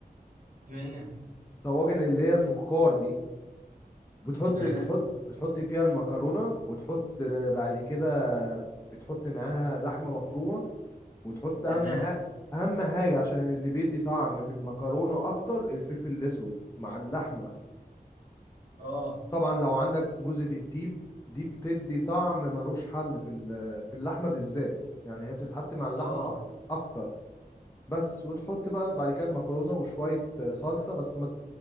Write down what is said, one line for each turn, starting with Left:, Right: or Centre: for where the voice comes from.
Right: تمام
Left: طواجن اللي هي الفخار دي بتحط
Right: تمام
Left: بتحط بتحط فيها المكرونة وتحط آه، بعد كده بتحط معاها لحمة مفرومة وتحط أهم
Right: تمام
Left: حاجة أهم حاجة عشان اللي بيدي طعم في المكرونة أكتر الفلفل الأسود مع اللحمة
Right: اه
Left: طبعا لو عندك جوزة الطيب دي بتدي طعم ملوش حل في ال- في اللحمة بالذات يعني هي بتتحط مع اللحمة
Right: اه
Left: أكتر أكتر بس وتحط بقى بعد كده المكرونة وشوية آه، صلصة بس ما